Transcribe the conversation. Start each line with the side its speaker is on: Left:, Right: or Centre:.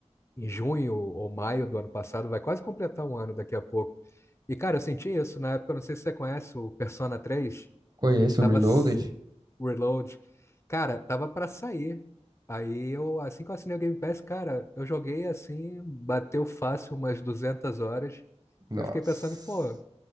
Left: em junho ou maio do ano passado, vai quase completar um ano daqui a pouco. E, cara, eu senti isso na época, eu não sei se você conhece o Persona 3,
Right: Conheço
Left: tava
Right: o Reloaded?
Left: s- Reload. Cara, tava pra sair. Aí eu, assim que eu assinei o Game Pass, cara, eu joguei assim, bateu fácil umas 200 horas.
Right: Nossa.
Left: E eu fiquei pensando, pô,